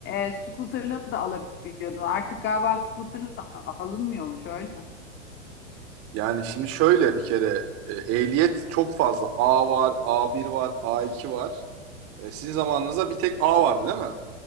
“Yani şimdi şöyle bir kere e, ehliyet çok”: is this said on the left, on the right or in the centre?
Right